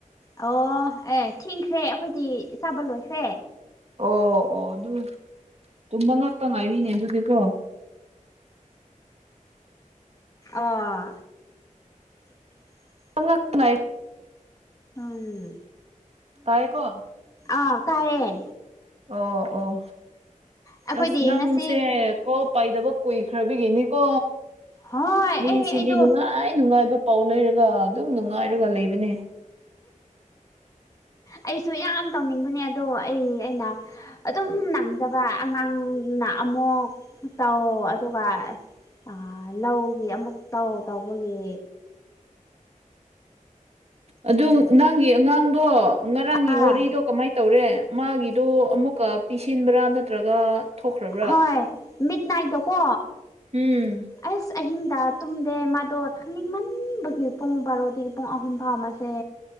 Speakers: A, on the left; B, on the right.
A: ꯑꯣ ꯑꯦ ꯊꯦꯡꯈ꯭ꯔꯦ ꯑꯩꯈꯣꯏꯗꯤ ꯆꯥꯕ ꯂꯣꯏꯈ꯭ꯔꯦ
B: ꯑꯣ ꯑꯣ ꯑꯗꯨ ꯇꯨꯝꯕ ꯉꯥꯛꯇ ꯉꯥꯏꯔꯤꯅꯦ ꯑꯗꯨꯗꯤꯀꯣ
A: ꯑꯥ <unintelligible>
B: <unintelligible>
A: ꯎꯝ
B: ꯇꯥꯏꯌꯦꯀꯣ
A: ꯑꯥ ꯇꯥꯏꯌꯦ
B: ꯑꯣ ꯑꯣ
A: ꯑꯩꯈꯣꯏꯗꯤ
B: ꯑꯁ ꯅꯪꯁꯦ
A: ꯉꯁꯤ
B: ꯀꯣꯜ ꯄꯥꯏꯗꯕ ꯀꯨꯏꯈ꯭ꯔꯕꯒꯤꯅꯤꯀꯣ
A: ꯍꯣꯏ
B: ꯃꯤꯁꯤꯗꯤ
A: ꯑꯩ ꯑꯩꯗꯣ
B: ꯅꯨꯡꯉꯥꯏ ꯅꯨꯡꯉꯥꯏꯕ ꯄꯥꯎꯅꯔꯒ ꯑꯗꯨꯝ ꯅꯨꯡꯉꯥꯏꯔꯒ ꯂꯩꯕꯅꯦ
A: ꯑꯩꯁꯨ ꯌꯥꯝ ꯇꯧꯅꯤꯡꯕꯅꯦ ꯑꯗꯣ ꯑꯩ ꯑꯩꯅ ꯑꯗꯨꯝ ꯅꯪꯗꯕ ꯑꯉꯥꯡꯅ ꯑꯃꯨꯛ ꯇꯧ ꯑꯗꯨꯒ ꯑꯥ ꯂꯧꯒꯤ ꯑꯃꯨꯛ ꯇꯧ ꯇꯧꯕꯒꯤ
B: ꯑꯗꯨ ꯅꯪꯒꯤ ꯑꯉꯥꯡꯗꯣ ꯉꯔꯥꯡꯒꯤ
A: ꯑꯥ
B: ꯋꯥꯔꯤꯗꯣ ꯀꯃꯥꯏ ꯇꯧꯔꯦ ꯃꯥꯒꯤꯗꯨ ꯑꯃꯨꯛꯀ ꯄꯤꯁꯤꯟꯕ꯭ꯔꯥ ꯅꯠꯇ꯭ꯔꯒ ꯊꯣꯛꯈ꯭ꯔꯕ꯭ꯔꯥ
A: ꯍꯣꯏ ꯃꯤꯠ ꯅꯥꯏꯠꯗ ꯀꯣ
B: ꯎꯝ
A: ꯑꯁ ꯑꯍꯤꯡꯗ ꯇꯨꯝꯗꯦ ꯃꯥꯗꯣ ꯊꯛꯅꯤꯡꯃꯟꯕꯒꯤ ꯄꯨꯡ ꯕꯥꯔꯣ ꯗꯒꯤ ꯄꯨꯡ ꯑꯍꯨꯝ ꯐꯥꯎ ꯃꯁꯦ